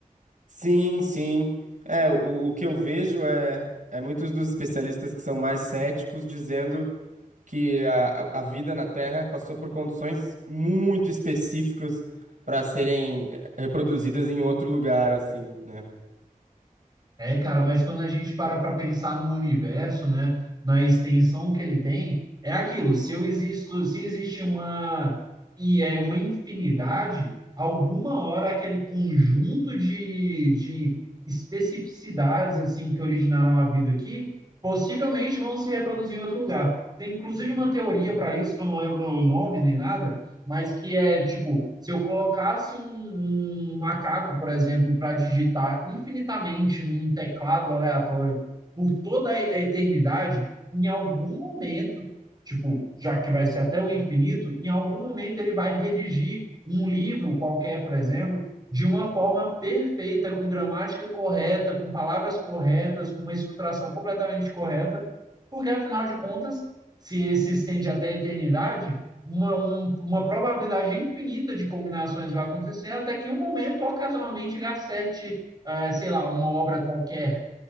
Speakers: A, on the right; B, on the right.
A: Sim, sim. É, o, o que eu vejo é, é muitos dos especialistas que são mais céticos dizendo que a, a a vida na Terra passou por condições muito específicas para serem reproduzidas em outro lugar, assim, né?
B: É, cara, mas quando a gente para para pensar no universo, né, na extensão que ele tem, é aquilo. Se eu existo, se existe uma e é uma infinidade, alguma hora aquele conjunto de, de especificidades assim que originaram a vida aqui, possivelmente vão se reproduzir em outro lugar. Tem inclusive uma teoria para isso que eu não lembro o nome nem nada mas que é tipo, se eu colocasse um, um macaco, por exemplo, para digitar infinitamente num teclado aleatório por toda a eternidade, em algum momento, tipo, já que vai ser até o infinito, em algum momento ele vai redigir um livro qualquer, por exemplo, de uma forma perfeita, com gramática correta, com palavras corretas, com uma estruturação completamente correta, porque afinal de contas, se ele se estende até a eternidade, uma, um- uma probabilidade infinita de combinações vai acontecer, até que em um momento, ocasionalmente, ele acerte, ah, sei lá, uma obra qualquer.